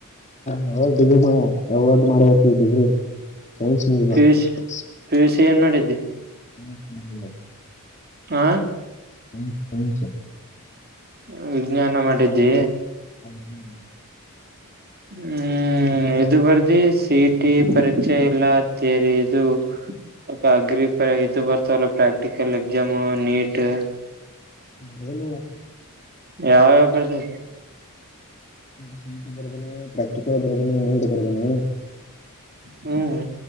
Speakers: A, on the left; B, on the right.
A: <unintelligible> ಡಿಗ್ರಿ <unintelligible> ಮಾಡಬೇಕ್ ಇ degree science <unintelligible>
B: P U C P U ಏನ್ ಮಾಡಿದಿ.
A: ಹ <inaudible>
B: ಹ
A: <unintelligible>
B: ಹು ವಿಜ್ಞಾನ ಮಾಡಿದ್ದಿ.
A: ಹ್ಮ್
B: ಹ್ಮ ಹ್ಮ ಇದು ಬರ್ದಿ ಸಿ ಟಿ ಪರೀಕ್ಷೆ ಎಲ್ಲ ತೇರಿ ಇದು. ಒ ಅಗ್ರಿ ಪ ಇದು ಬರ್ತವಲ್ಲ ಪ್ರಾಕ್ಟಿಕಲ್ ಎಗ್ಜಾಮು ನೀಟು.
A: ಅದೇ ನಿಲ್ಲ
B: ಯಾವ್ ಯಾವ್ ಬರ್ತವೆ.
A: ಸಿ ಟಿ ಬರ್ದೀನಿ ಪ್ರಾಕ್ಟಿಕಲ್ ಬರ್ದೀನಿ ನೀಟ್ ಬರ್ದನಿ.
B: ಹ್ಮ್